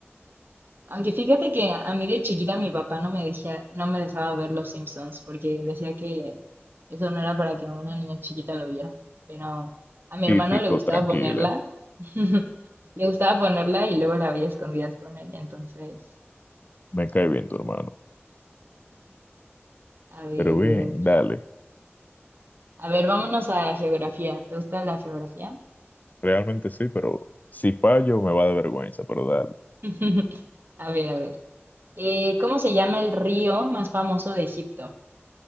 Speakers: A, on the right; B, on the left.
A: Aunque fíjate que a mí de chiquita mi papá no me dejía, no me dejaba ver Los Simpsons porque decía que eso no era para que una niña chiquita lo viera. Pero a mi
B: Típico,
A: hermano le gustaba
B: tranquila.
A: ponerla, <laughs> le gustaba ponerla y luego la veía a escondidas con él. Entonces,
B: Me cae bien tu hermano.
A: a ver,
B: Pero bien, dale.
A: a ver, vámonos a geografía. ¿Te gusta la geografía?
B: Realmente sí, pero si fallo me va a dar vergüenza, pero dale.
A: <laughs> A ver, a ver. Eh, ¿cómo se llama el río más famoso de Egipto?